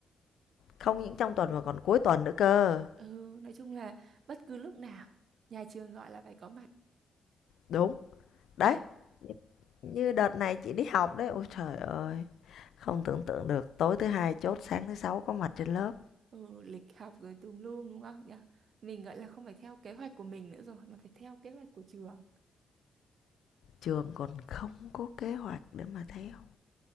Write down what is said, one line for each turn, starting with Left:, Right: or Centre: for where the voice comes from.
Left: không những trong tuần mà còn cuối tuần nữa cơ.
Right: ừ nói chung là bất cứ lúc nào nhà trường gọi là phải có mặt
Left: Đúng. Đấy,
Right: và
Left: như đợt này chị đi học đấy. Ôi trời ơi. Không tưởng tượng được tối thứ hai chốt sáng thứ sáu có mặt trên lớp
Right: ừ, lịch học rồi tùm lum đúng không nhỉ mình gọi là không phải theo kế hoạch của mình nữa rồi mà phải theo kế hoạch của trường
Left: trường còn không có kế hoạch để mà theo